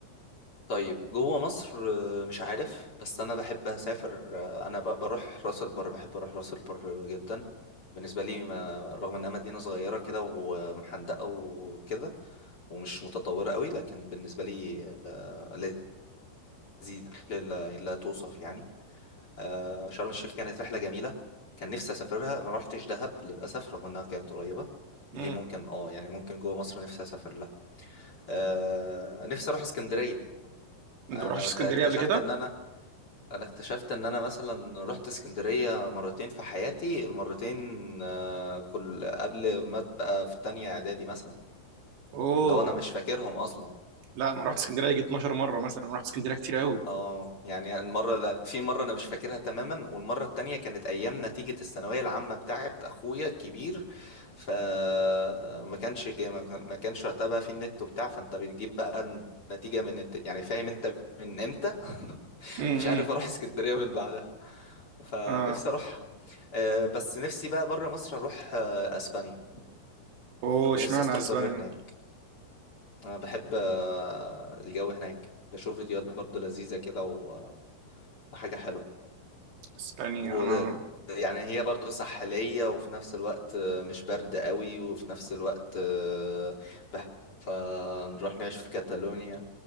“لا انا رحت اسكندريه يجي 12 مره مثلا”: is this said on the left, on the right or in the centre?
Right